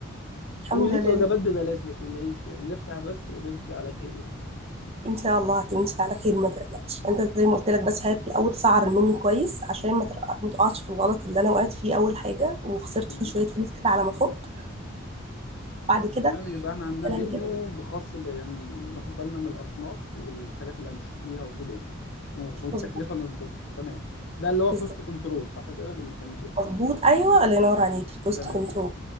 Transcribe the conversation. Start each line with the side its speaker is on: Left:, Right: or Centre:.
Right: الحمد
Left: وليك
Right: لله
Left: وجبات ببلاش ما تقلقيش يعني نفتح بس ونمشي على خير يعني
Right: ان شاء الله هتمشي على خير ما تقلقش انت زي ما قلت لك بس هات الاول سعر المنيو كويس عشان ما تقع- ما تقعش في الغلط اللي انا وقعت فيه اول حاجه وخسرت
Left: تمام
Right: فيه شويه فلوس كده على ما فوت بعد كده
Left: تمام يبقى احنا عندنا منيو
Right: انا هجيب إيدك.
Left: بخاص ب يعني ناخد بالنا من الاصناف والحاجات اللي هنشتريها وكده يعني والتكلفه
Right: مظبوط
Left: نظبطها تمام ده اللي هو
Right: بالظبط
Left: كوست كنترول صح كده اللي بنسميه كوست
Right: مظبوط
Left: كنترول
Right: ايوه الله ينور عليك الكوست
Left: تمام
Right: كنترول